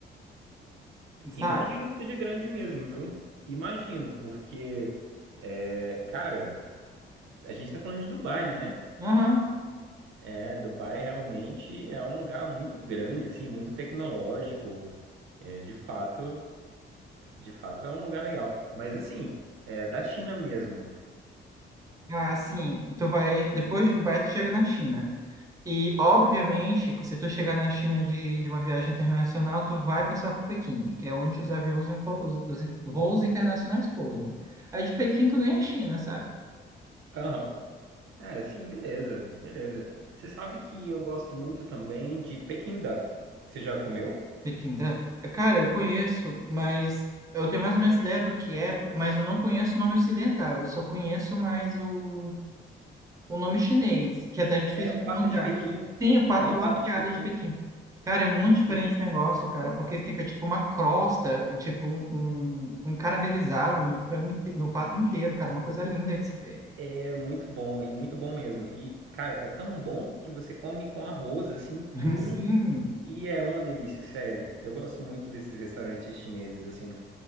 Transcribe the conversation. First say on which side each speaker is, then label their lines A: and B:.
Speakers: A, on the right; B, on the right.
A: sabe?
B: Imagino que seja grande mesmo, viu? Imagino, porque, é, cara, a gente tá falando de Dubai, né?
A: Aham.
B: É, Dubai realmente é um lugar muito grande, assim, muito tecnológico. É, de fato, de fato é um lugar legal. Mas assim, é da China mesmo.
A: Ah, sim. Tu vai, depois de Dubai, tu chega na China. E, obviamente, se tu chegar na China de, de uma viagem internacional, tu vai passar por Pequim, que é onde os aviões, impo- os, os voos internacionais pousam. Aí de Pequim tu ganha a China, sabe?
B: Aham. É, sim, beleza, beleza. Você sabe que eu gosto muito também de Peking Duck. Você já comeu?
A: Pequim, tá? Cara, eu conheço, mas eu tenho mais ou menos ideia do que é, mas eu não conheço o nome ocidental. Eu só conheço mais o o nome chinês, que é até difícil
B: É o
A: de pronunciar.
B: pato de Pequim.
A: Tem o pato
B: É o
A: laqueado
B: pato de Pequim.
A: de Pequim. Cara, é muito diferente
B: Isso.
A: esse negócio, cara, porque fica tipo uma crosta, tipo um, um, um caramelizado no frango, inte- no pato inteiro, cara, uma coisa linda de se ver.
B: É muito bom, e muito bom mesmo. E, cara, é tão bom que você come com arroz, assim,
A: <laughs>
B: puro.
A: Sim.
B: E é uma delícia, sério. Eu gosto muito desses restaurantes chineses, assim.